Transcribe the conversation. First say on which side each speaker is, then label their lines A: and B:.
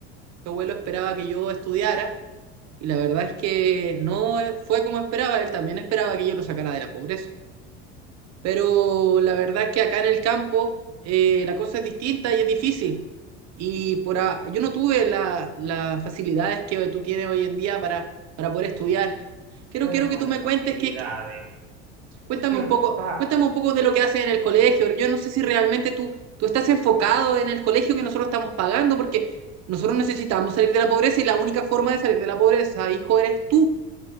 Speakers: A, on the right; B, on the right.
A: tu abuelo esperaba que yo estudiara y la verdad es que no eh, fue como esperaba, él también esperaba que yo lo sacara de la pobreza. Pero la verdad es que acá en el campo eh, la cosa es distinta y es difícil. Y por a- yo no tuve la- las facilidades que tú tienes hoy en día para, para poder estudiar. Quiero,
B: Pero
A: quiero
B: ¿cuáles
A: que tú me
B: facilidades?
A: cuentes qué, Cuéntame
B: Chio,
A: un poco,
B: pa,
A: cuéntame un poco de lo que haces en el colegio. Yo no sé si realmente tú, tú estás enfocado en el colegio que nosotros estamos pagando, porque nosotros necesitamos salir de la pobreza y la única forma de salir de la pobreza, hijo, eres tú.